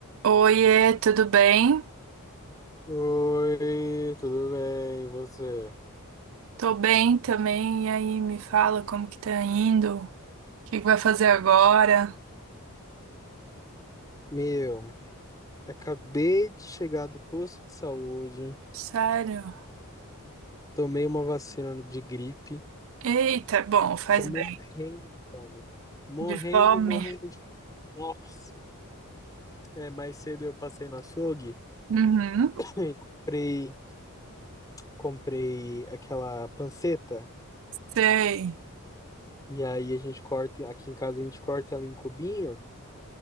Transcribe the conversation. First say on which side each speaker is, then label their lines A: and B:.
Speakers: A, on the right; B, on the left.
A: Oiê, tudo bem?
B: Oi, tudo bem? E você?
A: Tô bem também. E aí, me fala como que tá indo? O que que vai fazer agora?
B: Meu, acabei de chegar do posto de saúde,
A: Sério?
B: tomei uma vacina de gripe,
A: Eita, bom, faz
B: tô morrendo,
A: bem.
B: velho. Morrendo,
A: De fome?
B: morrendo de. Nossa! É, mais cedo eu passei no açougue,
A: Uhum,
B: <laughs> e comprei, comprei aquela panceta,
A: sei.
B: e aí a gente corta, aqui em casa a gente corta ela em cubinho